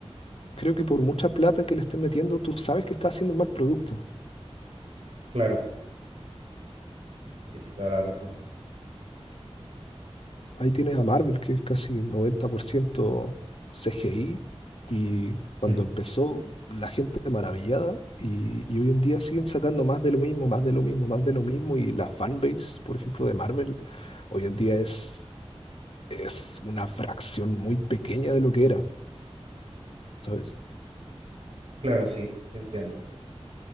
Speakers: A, on the left (about 60°); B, on the right (about 65°).
A: creo que por mucha plata que le estén metiendo, tú sabes que está haciendo un mal producto.
B: Claro, sí, sí, toda la razón.
A: Ahí tienes a Marvel, que es casi 90% CGI, y cuando
B: Mm,
A: empezó la gente maravillada, y, y hoy en día siguen sacando más de lo mismo, más de lo mismo, más de lo mismo, y la fanbase, por ejemplo, de Marvel, hoy en día es, es una fracción muy pequeña de lo que era, ¿sabes?
B: Claro, sí, sí entiendo.